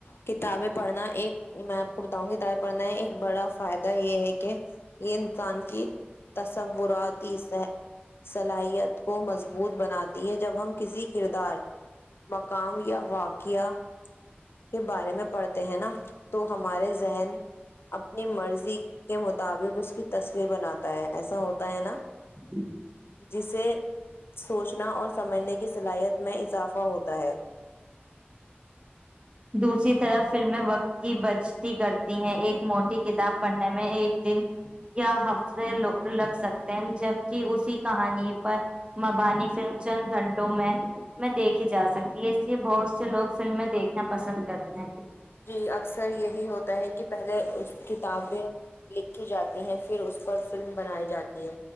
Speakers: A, on the left; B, on the right.
A: کتابیں پڑھنا ایک میں آپ کو بتاؤں گ کتابیں پڑھنا ایک بڑا فائدہ یہ ہے کہ یہ انسان کی تصوراتی صلاحیت کو مضبوط بناتی ہیں جب ہم کسی کردار م یا واقعہ ہ کے بارے میں پڑھتے ہیں نا تو ہمارے ذہن اپنی مرضی کے مطابق اس کی تصویر بناتا ہے ایسا ہوتا ہے نا
B: ج
A: جسے سوچنا اور سمجھنے کی صلاحیت میں اضافہ ہوتا ہے
B: دوسری طرف فلمیں وقت کی بچتی کرتی ہیں ایک موٹی کتاب پڑھنے میں ایک دن یا ہفتے لگ سکتے ہیں جبک اسی کہانی پر مبانی فلم چند گھنٹوں میں میں دیکھی جا سکتی ہے اس لیے بہت سے لوگ فلمیں دیکھ پسند کرتے ہیں
A: جی اکثر یہی ہوتا ہے کہ پہلے اس کتاب میں ل کی جاتی ہیں پھر اس پر فلم بنائی جاتی ہے